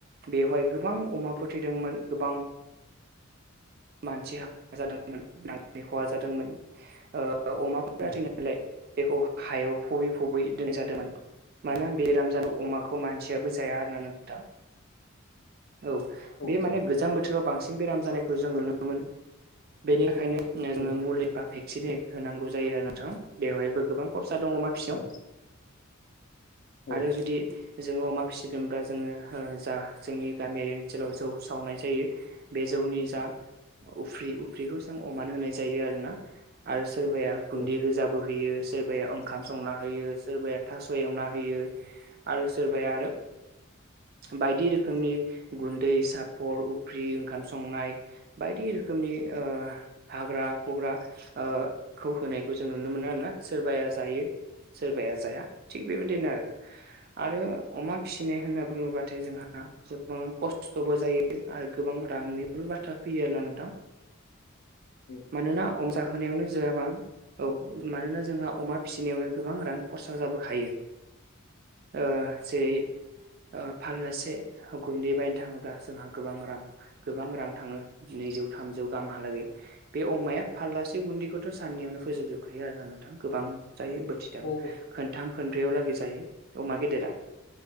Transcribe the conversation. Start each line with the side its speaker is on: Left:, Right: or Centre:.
Right: बेवहाय गोबां अमाफोर थैदोंमोन गोबां मानसि हा जादोंमोन नांनि खहा जादोंमोन ओ ओ अमाफोरा
Left: औ
Right: थैनाय नालाय बेखौ हायाव फबै फबै दोनजादोंमोन मानो होन बेराम जादो अमाखौ मानसियाबो जाया आरोना नोंथां। औ
Left: औ आदसा
Right: बे माने गोजां बोथोराव बांसिन बेराम जानायखौ जों नुनो मोनो बेनिखायनो
Left: औ
Right: मुलि बा भेक्सिन होनांगौ जायो आरो नोंथां बेवहायबो गोबां खर सा दङ अमाफिसेयाव
Left: औ औ
Right: आरो जुदि जोङो अमा फिसिदोंब्ला जोङो ओ जा जोंनि गामियारि ओनसोलाव जौ सावनाय जायो बे जा जौनि जा उफ्रि उफ्रिखौ जों अमान होनाय जायो आरो ना आरो सोरबाया गुन्दै
Left: औ होयो
Right: होजाबो होयो सोरबाया ओंखाम संना होयो सोरबाया थास' एवना होयो आरो सोरबाया आरो बायदि रोखोमनि गुन्दै सापर उफ्रि ओंखाम संनाय बायदि रोखोमनि ओ हाग्रा फुग्रा ओ खौ होनायखौ जों नुनो मोनो आरोना सोरबाया जायो सोरबाया जाया थिग बेबायदिनो आरो आरो अमा फिसिनाय होनना बुङोब्लाथाय जोंहा गोबां खस्थ'बो जायो आरो गो बां रांनिबो बाथ्रा फैयो आरो ना नोंथां
Left: औ
Right: मानोना अम जाहोनायावनो जोवाबां औ मानोना जोंहा अमा फिसिनायावनो गोबां रां खरसा जाबोखायो ओ जेरै ओ फाललासे गुन्दै बायनो थाङोब्ला जोंहा गोबां रां गोबां रां थाङो नैजौ थामजौ गामहालागै बे अमाया फारलासे गुन्दैखौथ' साननियावनो फोजोबजोबखायो आरोना नों थां गोबां जायो बोथिथाम
Left: औ औ औ
Right: खोनथाम खोनब्रैयाव लागै जायो अमा गेदेरा